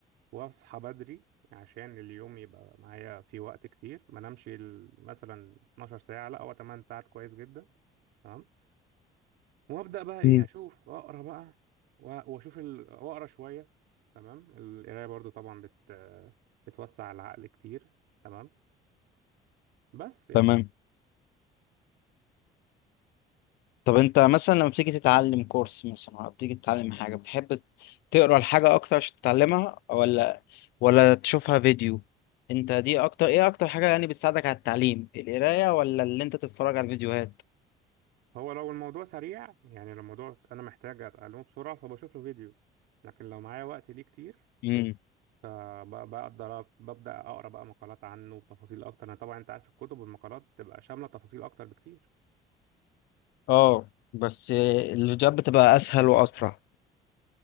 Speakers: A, on the right; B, on the left.
A: واصحى بدري عشان اليوم يبقى معايا فيه وقت كتير ما نمشي ال- مثلا 12 ساعة لا هو 8 ساعات كويس جدا تمام وابدأ بقى ايه
B: مم.
A: اشوف اقرا بقى و- واشوف ال... واقرا شوية تمام القراية برضو طبعا بت... بتوسع العقل كتير تمام بس يعني
B: تمام طب انت مثلا لما بتيجي تتعلم كورس مثلا او بتيجي تتعلم حاجه بتحب تقرا الحاجه اكتر عشان تتعلمها ولا ولا تشوفها فيديو انت دي اكتر ايه اكتر حاجه يعني بتساعدك على التعليم القرايه ولا اللي انت تتفرج على الفيديوهات
A: هو لو الموضوع سريع يعني لو الموضوع انا محتاج اتعلمه بسرعة فبشوف له فيديو لكن لو معايا وقت ليه كتير
B: امم
A: فبقدر ببدأ أقرأ بقى مقالات عنه وتفاصيل أكتر أنا طبعا أنت عارف الكتب والمقالات بتبقى شاملة تفاصيل أكتر بكتير
B: اه بس الفيديوهات بتبقى اسهل واسرع